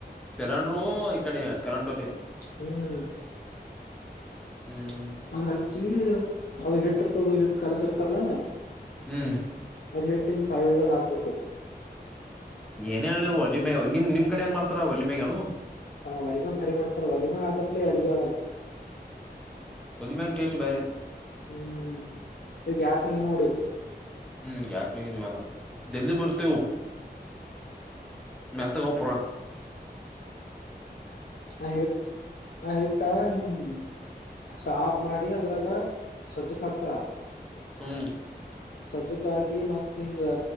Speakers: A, in the centre; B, on the left.
A: ಸಿಲಿಂಡರು ಇಕಡೆ ಕೆರೆಂಟ್ ಹೋಲಿ
B: ಹ್ಮ್
A: ಹ್ಮ್
B: ಅದ್ ಹಾಕ್ಚ್ಚಿವ ಅದ ಹಿಟ್ಟಿರ್ತೊಳ ಹಿಟ್ಟ ಕಲಸ ಇರ್ತಾರಲ್ಲ
A: ಹ್ಮ್
B: ಅದು ಹಿಟ್ಟಿಂಗ್ ತಳ್ಳ ಹಾಕ್ಬೇಕು
A: ಏನೇ ಹೇಳ ಹೊಳ್ಳಿ ಮೇ ನಿಮ್ ನಿಮ್ ಕಡೆ ಹೆಂಗ ಮಾಡ್ತಾರ ಹೊಳ್ಳಿ ಮೇನು
B: ಹ ಒಲಿಮ ಭರಿ ಮಾಡ್ತಾರ ಒಲಿಮ ಆದಪ್ಲ ಅಲ್ಬಿ ಆಗಲ್ಲ
A: ಹೋಲಿ ಮೇಲೆ ಟೆಸ್ಟ್ ಬೇರೆ
B: ಹ್ಮ್ ಈ ಗ್ಯಾಸ್ ಮೇಲೆ ನೋಡು
A: ಹ್ಮ್ ಯಾಕಾಗಿದ್ವಿ ಅಲ್ಲ ದಲ್ಲಿ ಬರ್ತೇವು ನ ಪರ <unintelligible>
B: ಆಿು <unintelligible> ಆ ಹಿಟ್ಟ ಹ್ಮ ಸಾಫ ಮಾಡಿ ಅದ್ರಾಗ ಸಜ್ಜಕ್ ಹಾಕ್ತಾರ
A: ಹ್ಮ್
B: ಸಜ್ಜಕ ಹಾಕಿ ಮತ್ತತ್ ಹಿಂಗ